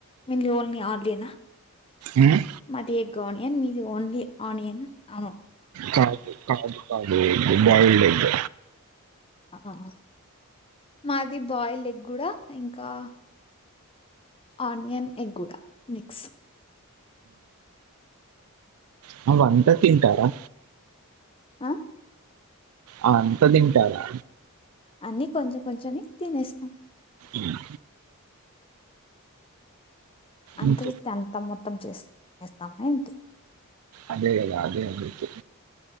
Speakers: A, on the left; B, on the right.
A: మీది ఓన్లీ అడ్లీయేన
B: ఉమ్,
A: మాది ఎగ్ ఆనియన్ ఏమ్ మీది ఓన్లీ ఆనియన్ అను
B: కాదు కాదు కాదు ఎగ్ బాయిల్డ్ ఎగ్
A: ఆహ్హ్హ మాది బాయిల్ ఎగ్ గుడా ఇంకా ఆనియన్ ఎగ్గుడ మిక్స్
B: మీ వంట తింటారా
A: ఆ
B: అ వంట తింటారా
A: అన్ని కొంచెం కొంచమే తినేస్తాము
B: ఉమ్,
A: అంత
B: ఇంకో
A: చెస్తే అంత మొత్తం చేస్ తినేస్తామా ఏంటి
B: అదే గదా అదే అ వితు